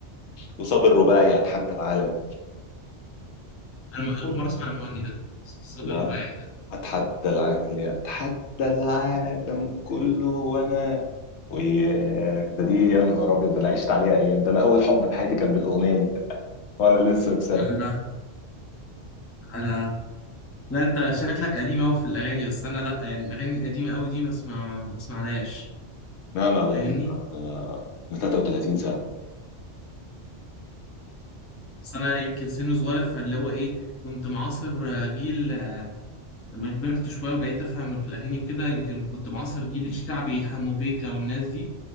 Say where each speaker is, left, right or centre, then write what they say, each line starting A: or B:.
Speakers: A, on the left; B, on the left.
A: وصاب الرباعي أتحدى العالم
B: انا اول مره اسمع المغني ده صابر
A: لا
B: رباعي ده
A: أتحدى العالم أتحدى العالم كله وأنا وده دي يا نهار ابيض ده انا عشت عليها ايام ده انا اول حب في حياتي كان بالاغنيه دي وانا لسه في سنه
B: انا انا لا انت شكلك قديم قوي في الاغاني بس انا لا يعني الاغاني القديمه قوي دي ما اسمع ما اسمعلهاش
A: لا انا على
B: فاهمني
A: دي انا من 33 سنه
B: بس انا يمكن سن صغير فاللي هو ايه كنت معاصر آه، جيل آه، لما كبرت شويه وبقيت افهم في الاغاني وكده يمكن كنت معاصر جيل الشعبي حمو بيكا والناس دي